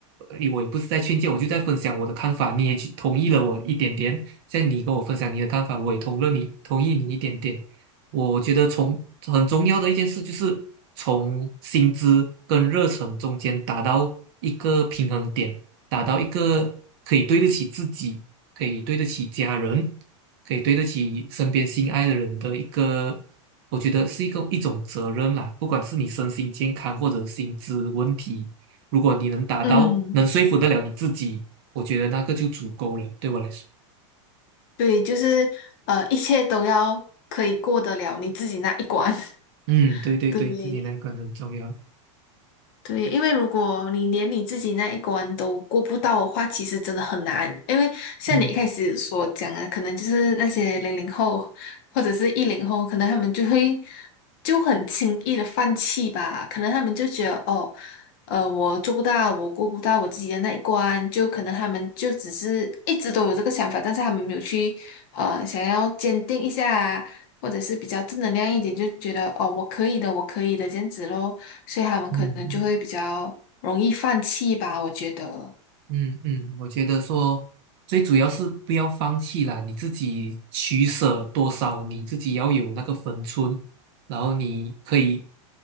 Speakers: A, on the right; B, on the left.
A: 呃我也不是在劝诫，我就在分享我的看法，你也去同意了我一点点。像你跟我分享你的看法，我也同乐你同意你一点点。我觉得从很重要的一件事就是从薪资跟热忱中间达到一个平衡点，达到一个可以对得起自己，可以对得起家人，可以对得起身边心爱的人的一个，我觉得是一个一种责任啦。不管是你身心健康或者薪资问题，如果你能达到，
B: 嗯，
A: 能说服得了你自己，我觉得那个就足够了，对我来说。
B: 对，就是呃，一切都要可以过得了你自己那一关。<laughs>
A: 嗯，对对对，
B: 对，
A: 自己那个很重要。
B: 对，因为如果你连你自己那一关都过不到的话，其实真的很难。因为像你一开始所讲的，
A: 嗯
B: 可能就是那些零零后或者是一零后，可能他们就会就很轻易的放弃吧。可能他们就觉得哦，呃，我做不到，我过不到我自己的那一关，就可能他们就只是一直都有这个想法，但是他们没有去呃想要坚定一下，或者是比较正能量一点，就觉得哦，我可以的，我可以的这样子咯，所以他们可能就会比较容易放弃吧，
A: 嗯，
B: 我觉得。
A: 嗯嗯，我觉得说最主要是不要放弃啦，你自己取舍多少，你自己要有那个分寸，然后你可以